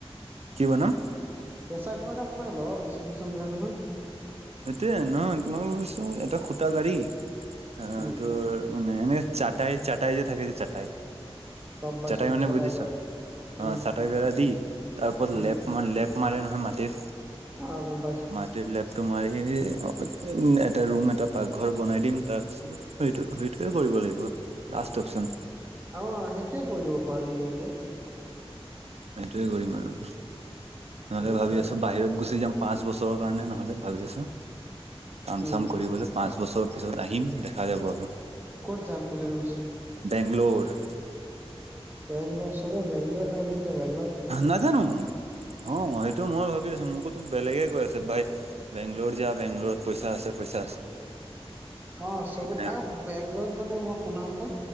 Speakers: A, on the right (about 85°); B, on the right (about 20°).
A: কি বনাম?
B: কেঁচা ঘৰ এটা বনাই ল', বেছি পইচা নায়ায় নহয়।
A: সেইটোৱে ন' মই ভাবিছো এটা খুটা গাড়ি, আহ
B: উম
A: তোৰ মানে এনেকে চাটাই, চাটাই যে থাকে, যে চাটাই।
B: গম পাইছো
A: চটাই মানে বুজিছ,
B: বেয়া উম
A: অ', চটাই বেৰা দি তাৰ ওপৰত
B: উম
A: লেফ লেপ মাৰে নহয় মাটিৰ,
B: অ গম পাইছো
A: মাটিৰ লেপ। তোমাৰ এই, উম, এটা ৰুম এটা পাকঘৰ বনাই দিম, তাৰপিছত সেইটো, সেইটোকে কৰিব লাগিব। Last option.
B: অ', সেইটোৱে কৰি দিব পাৰা, ধুনীয়াকৈ।
A: সেইটোৱে কৰিম আৰু। নহ'লে
B: অ
A: ভাবি
B: তই
A: আছোঁ, বাহিৰত গুচি যাম পাঁচ বছৰৰ কাৰণে, নহ'লে ভাবি আছোঁ। কাম-চাম
B: উম
A: কৰিবলৈ, পাঁচ বছৰ পিছত আহিম, দেখা যাব আৰু।
B: ক'ত যাম বুলি ভাবিছােঁ।
A: বেংলোৰ।
B: বেংলোৰ, চবে বেংলোৰে থাকে যে কিয় বাৰু।
A: নাজানো মই অ', সেইটো মইও ভাবি আছোঁ। মোকোতো বেলেগে কৈ আছে। বেংগলোৰ যা, বেংগলৰত পইচা আছে, পইচা আছে।
B: অঁ, চবে
A: মানে
B: আৰু বেংগলৰত মানে মই শুনামতে